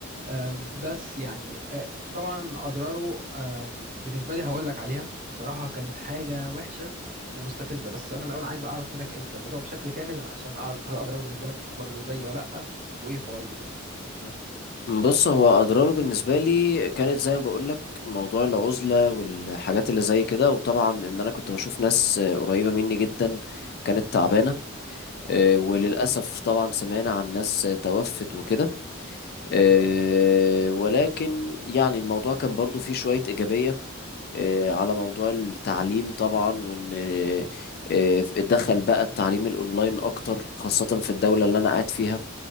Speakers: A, on the right; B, on the left.
A: أم، بس يعني أه، طبعا اضراره أم، بالنسبه لي هقول لك عليها بصراحه كانت حاجه وحشه ومستفزه بس انا الاول عايز اعرف منك انت الموضوع بشكل كامل عشان اعرف هل اضراره بالنسبه لك برضو زي ولا لا وايه فوائده برضو مثلا
B: بص هو اضراره بالنسبه لي كانت زي ما بقول لك موضوع العزله والحاجات اللي زي كده وطبعا ان انا كنت بشوف ناس آه، قريبه مني جدا كانت تعبانه آه، وللاسف طبعا سمعنا عن ناس آه، توفت وكده آه،
A: مم،
B: ولكن يعني الموضوع كان برضو فيه شويه ايجابيه آه، على موضوع التعليم طبعا وان آه، آه، اتدخل بقى التعليم الاونلاين اكتر خاصه في الدوله اللي انا قاعد فيها